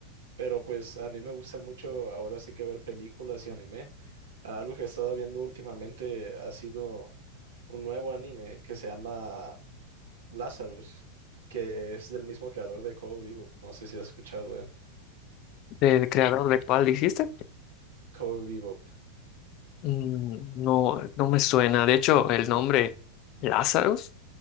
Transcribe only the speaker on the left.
¿Del creador de cuál dijiste?
Mm, no, no me suena. De hecho, el nombre Lazarus